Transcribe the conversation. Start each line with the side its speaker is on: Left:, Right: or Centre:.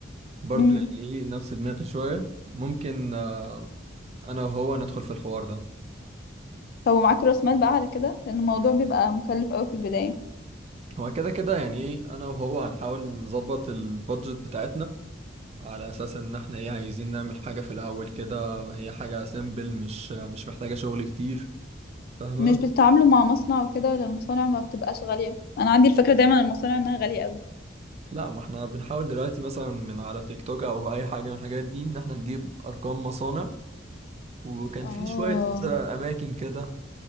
Right: برضو
Left: امم
Right: يعني ايه نفس دماغي شويه ممكن آه، انا وهو ندخل في الحوار ده
Left: طب ومعاك راس مال بقى على كده لان الموضوع بيبقى مكلف قوي في البدايه
Right: هو كده كده يعني ايه انا وهو هنحاول نظبط البادجت بتاعتنا على اساس ان احنا ايه عايزين نعمل حاجة في الاول كده هي حاجة سيمبل مش مش محتاجة شغل كتير فاهمة
Left: مش بتتعاملوا مع مصنع وكده ولا المصانع ما بتبقاش غاليه انا عندي الفكره دايما عن المصانع انها غاليه قوي
Right: لا ما احنا بنحاول دلوقتي مثلا من على تيك توك او اي حاجة من الحاجات دي ان احنا نجيب ارقام مصانع وكان
Left: اه
Right: في شوية آه، اماكن كده